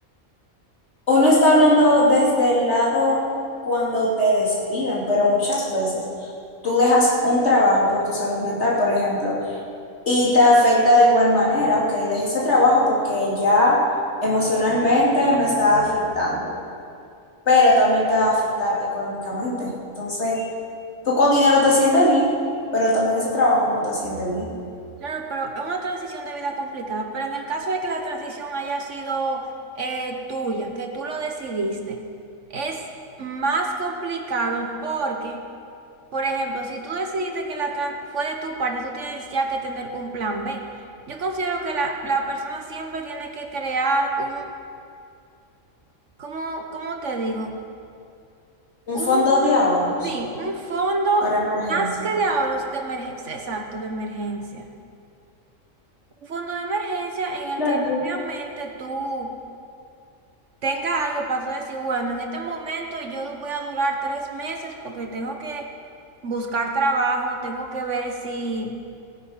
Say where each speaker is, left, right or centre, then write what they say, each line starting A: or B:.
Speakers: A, on the left; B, on the right.
A: Uno está hablando desde el lado cuando te despiden, pero muchas veces tú dejas un trabajo por tu salud mental, por ejemplo, y te afecta de igual manera. Ok, dejé ese trabajo porque ya emocionalmente me está afectando, pero también te va a afectar económicamente. Entonces, tú con dinero te sientes bien, pero estando en ese trabajo no te sientes bien.
B: Claro, pero es una transición de vida complicada, pero en el caso de que la transición haya sido eh, tuya, que tú lo decidiste, es más complicado porque, por ejemplo, si tú decidiste que la tran- fue de tu parte, tú tienes ya que tener un plan B. Yo considero que la, la persona siempre tiene que crear un, ¿cómo, cómo te digo?
A: Un fondo
B: Un,
A: de ahorros
B: sí, un fondo
A: para emergencia.
B: más que de ahorros de emergencia, exacto, de emergencia. Un fondo de emergencia en el
A: Claro,
B: que obviamente
A: pues.
B: tú tengas algo para tú decir, bueno, en este momento yo voy a durar tres meses porque tengo que buscar trabajo, tengo que ver si...